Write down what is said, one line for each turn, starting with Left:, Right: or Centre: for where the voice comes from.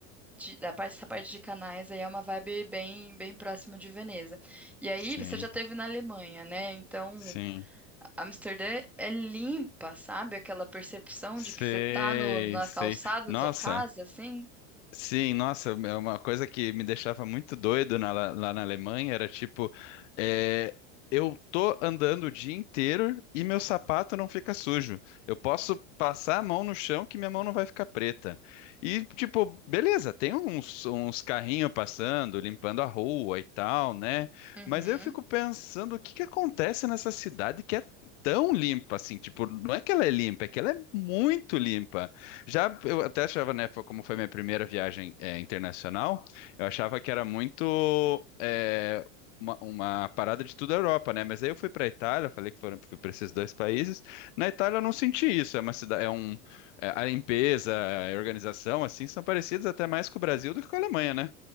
Centre: de- da parte, essa parte de canais aí é uma vibe bem bem próxima de Veneza. E aí
Left: Sim.
Centre: você já teve na Alemanha, né? Então
Left: Sim.
Centre: Amsterdã é limpa, sabe? Aquela percepção
Left: Sei,
Centre: de que você tá no- na
Left: sei.
Centre: calçada
Left: Nossa,
Centre: da sua casa, assim.
Left: Sim, nossa, é uma coisa que me deixava muito doido na- lá na Alemanha era tipo, é, eu tô andando o dia inteiro e meu sapato não fica sujo. Eu posso passar a mão no chão que minha mão não vai ficar preta. E tipo, beleza, tem uns, uns carrinhos passando, limpando a rua e tal, né?
Centre: Uhum.
Left: Mas eu fico pensando o que que acontece nessa cidade que é tão limpa assim, tipo, não é que ela é limpa, é que ela é muito limpa. Já eu até achava, né, foi- como foi minha primeira viagem é, internacional, eu achava que era muito é, uma, uma parada de toda a Europa, né? Mas aí eu fui para a Itália, falei que foram fui para esses dois países. Na Itália eu não senti isso. É uma cidade, é um é, a limpeza, a organização, assim, são parecidas até mais com o Brasil do que com a Alemanha, né?